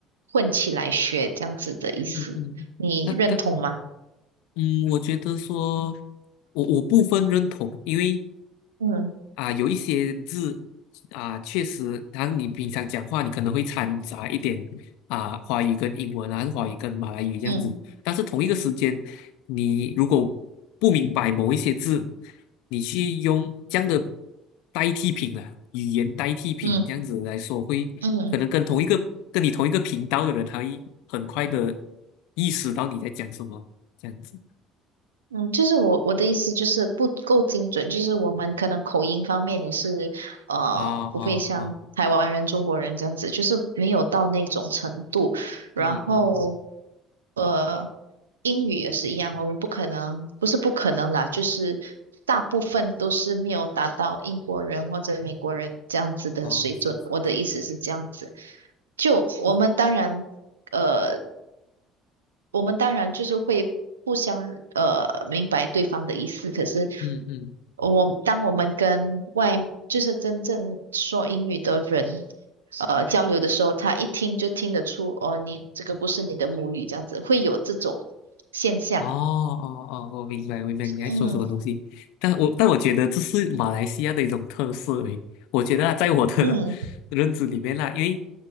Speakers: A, on the right (about 85°); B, on the left (about 70°).
A: 混起来学这样子的意思，
B: 嗯嗯。
A: 你认同吗？
B: 那那嗯。嗯，我觉得说，我我部分认同，因为
A: 嗯
B: 啊、有一些字啊、确实，然后你平常讲话，你可能会掺杂一点啊、华语跟英文啊，还是华语跟马来语这样子。
A: 嗯
B: 但是同一个时间，你如果不明白某一些字，你去用这样的代替品啊，语言代替品这样子来说，
A: 嗯
B: 会可能跟同一个跟你同一个频道的人，
A: 嗯
B: 他会很快的意识到你在讲什么这样子。
A: 嗯，就是我我的意思就是不够精准，就是我们可能口音方面也是呃不会像台湾人、
B: 哦哦哦，
A: 中国人这样子，就是没有到那种程度，然后。
B: 嗯嗯嗯，
A: 呃。英语也是一样，我们不可能，不是不可能啦，就是大部分都是没有达到英国人或者美国人这样子的水准。
B: 哦，是是
A: 我的意思是这样子，就我们当然，
B: 我
A: 呃，我们当然就是会互相呃明白对方的意思，可是
B: 嗯嗯，
A: 我当我们跟外就是真正说英语的人呃交流的时候，他一听就听得出哦，你这个不是你的母语，这样子会有这种现象。
B: 哦哦哦，我明白明白你在说什么东西，
A: 嗯，
B: 但我但我觉得这是马来西亚的一种特色诶，我觉得啊，在我的
A: 嗯
B: <laughs> 认知里面啦，因为